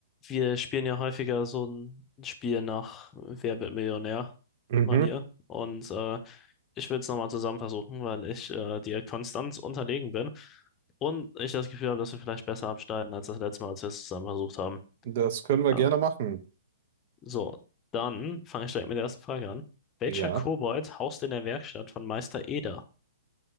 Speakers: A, on the left (about 20°); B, on the right (about 40°).
A: wir spielen ja häufiger so ein Spiel nach Wer wird Millionär-Manier.
B: Mhm.
A: Und äh, ich will es nochmal zusammen versuchen, weil ich äh, dir konstant unterlegen bin und ich das Gefühl habe, dass wir vielleicht besser abschneiden als das letzte Mal, als wir es zusammen versucht haben.
B: Das können wir
A: Ja.
B: gerne machen.
A: So, dann fange ich direkt mit der ersten Frage an. Welcher
B: Ja,
A: Kobold haust in der Werkstatt von Meister Eder?